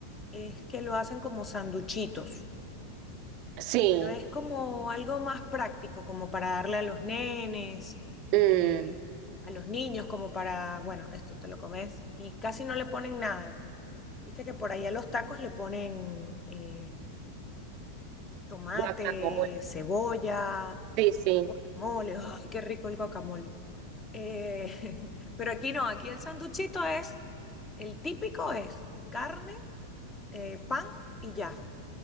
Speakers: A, on the left; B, on the right.
A: es que lo hacen como sanduchitos.
B: Sí,
A: Pero es como algo más práctico, como para darle a los nenes,
B: Mm,
A: eh, a los niños, como para, bueno, esto te lo comes. Y casi no le ponen nada. Viste que por ahí a los tacos le ponen eh, tomate,
B: guacamole,
A: cebolla,
B: sí, sí,
A: mole. <laughs> ¡Ay, qué rico el guacamole! Eh, <laughs> pero aquí no, aquí el sanduchito es, el típico es carne, eh, pan y ya.